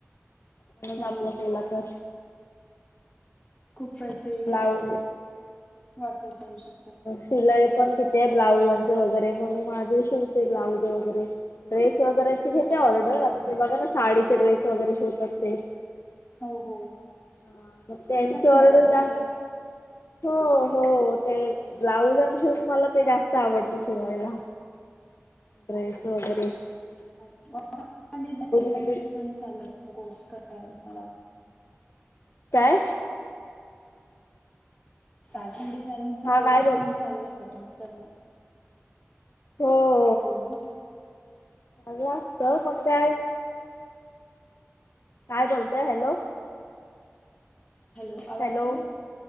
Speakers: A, on the left; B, on the left.
A: आपणच
B: हो
A: आपला केला तर
B: खूप पैसे
A: ब्लाऊज
B: म्हणजे वाचवता येऊ शकता.
A: शिलाई पण किती आहे ब्लाऊजांचे वगैरे, मग माझे शिवते ब्लाऊज वगैरे. ड्रेस वगैरेचे घेते
B: अच्छा
A: ऑर्डर, आता ते बघा ना साडीचे ड्रेस वगैरे शिवतात ते
B: हो हो.
A: हां मग त्यांची
B: येतात
A: ऑर्डर
B: तुम्हाला तसे
A: जास हो, हो ते ब्लाउज आणि शिवून मला ते जास्त आवडत शिवायला. ड्रेस वैगेरे.
B: <unintelligible>
A: मध्ये काय?
B: फॅशन डिझायनिंगचा
A: हा
B: कोर्स
A: काय बोल
B: पण चालू असतो, त्याणं करणं.
A: हो
B: हॅलो.
A: <unintelligible> काय बोलताय? हॅलो
B: हॅलो आवाज
A: हॅलो
B: येतोय